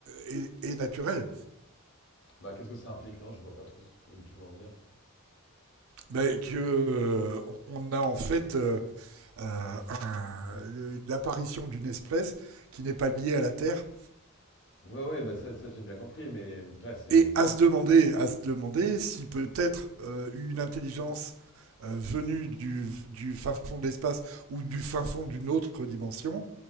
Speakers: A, on the right; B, on the left.
A: est, est, naturel,
B: Bah, qu'est-ce que ça implique, non? Je vois pas trop ce que tu veux en venir.
A: ben, que euh, on a en fait euh, un, le, l'apparition d'une espèce qui n'est pas liée à la Terre
B: Ouais, ouais, bah ça, ça j'ai bien compris, mais ouais, c'est.
A: et à se demander, à se demander si peut-être euh, une intelligence euh, venue du, du fin fond de l'espace ou du fin fond d'une autre dimension